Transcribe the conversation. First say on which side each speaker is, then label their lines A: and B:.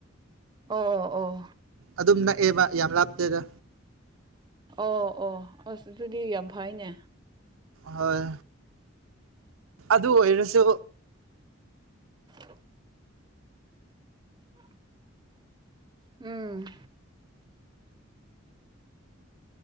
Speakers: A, on the right; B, on the right.
A: ꯑꯣ ꯑꯣ
B: ꯑꯗꯨꯝ ꯅꯛꯑꯦꯕ ꯌꯥꯝ ꯂꯥꯞꯇꯦꯗ
A: ꯑꯣ ꯑꯣ ꯑꯁ ꯑꯗꯨꯗꯤ ꯌꯥꯝ ꯐꯩꯅꯦ
B: ꯍꯣꯏ ꯑꯗꯨ ꯑꯣꯏꯔꯁꯨ
A: <inaudible> ꯎ <inaudible> ꯎꯝ